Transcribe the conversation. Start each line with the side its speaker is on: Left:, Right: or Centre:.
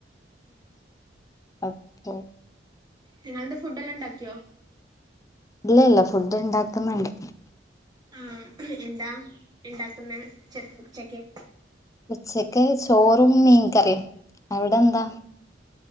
Right: ഉം
Left: <unintelligible>
Right: നിങ്ങളെന്താ ഫുഡ് എല്ലാം ണ്ടാക്കിയോ
Left: ഇല്ലല്ല ഫുഡ് ണ്ടാക്ക്ന്നണ്ട്
Right: ഉം എന്താ ഇണ്ടാക്കുന്നെ ഉച്ച ഉച്ചക്ക്‌
Left: ഉച്ചക്ക് ചോറും മീൻകറീം അവിടെന്താ